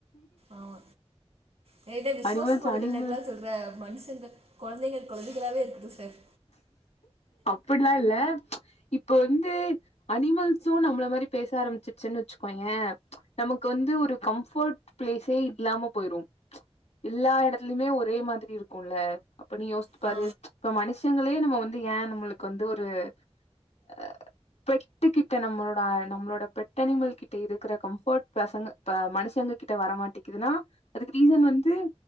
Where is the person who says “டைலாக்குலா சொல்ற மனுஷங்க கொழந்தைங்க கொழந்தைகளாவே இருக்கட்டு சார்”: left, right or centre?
Right